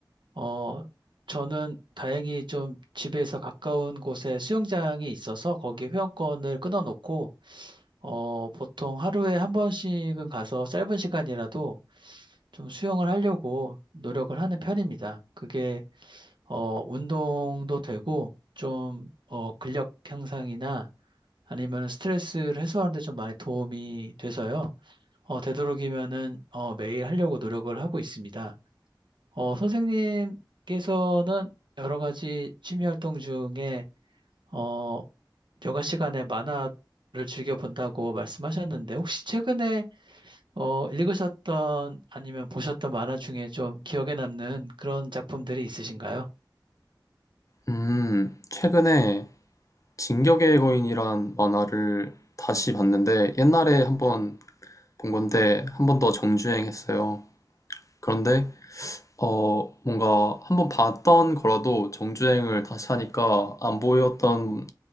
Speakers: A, on the right; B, on the left.
A: 어, 저는 다행히 좀 집에서 가까운 곳에 수영장이 있어서 거기 회원권을 끊어놓고 어, 보통 하루에 한 번씩은 가서 짧은 시간이라도 좀 수영을 하려고 노력을 하는 편입니다. 그게 어, 운동도 되고 좀 어, 근력 향상이나 아니면 스트레스를 해소하는 데 좀 많이 도움이 돼서요. 어, 되도록이면은 어, 매일 하려고 노력을 하고 있습니다. 어, 선생님께서는 여러 가지 취미 활동 중에 어, 여가 시간에 만화를 즐겨 본다고 말씀하셨는데 혹시 최근에 어, 읽으셨던 아니면 보셨던 만화 중에 좀 기억에 남는 그런 작품들이 있으신가요?
B: 음, 최근에 진격의 거인이란 만화를 다시 봤는데 옛날에 한번 본 건데 한 번 더 정주행했어요. 그런데 어, 뭔가 한번 봤던 거라도 정주행을 다시 하니까 안 보였던